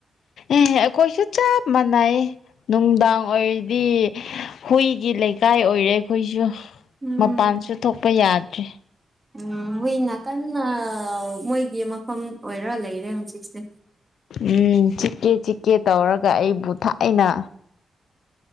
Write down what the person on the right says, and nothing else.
ꯎꯝ
ꯎꯝ ꯍꯨꯏꯅꯥꯀꯟꯅ ꯃꯣꯏꯒꯤ ꯃꯐꯝ ꯑꯣꯏꯔ ꯂꯩꯔꯦ ꯍꯧꯖꯤꯛꯁꯦ